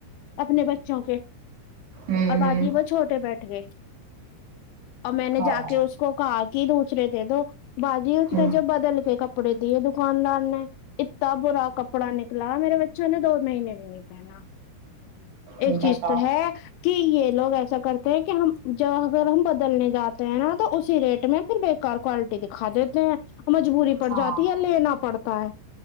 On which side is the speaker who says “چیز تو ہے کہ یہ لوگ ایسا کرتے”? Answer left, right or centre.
Left